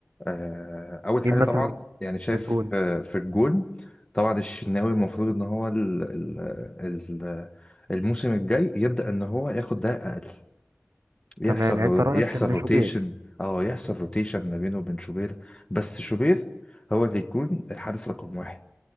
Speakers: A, on the left; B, on the right.
A: آه، اول حاجه
B: مين مثلا
A: طبعا يعني شايف
B: في الجون
A: آه، في الجون طبعا الشناوي المفروض ان هو ال ال ال الموسم الجاي يبدا ان هو ياخد ده اقل يحصل
B: تمام يعني
A: رو-
B: انت رأيك
A: يحصل
B: ان
A: روتيشن
B: شوبير
A: اه يحصل روتيشن ما بينه وبين شوبير بس شوبير هو اللي يكون الحارس رقم واحد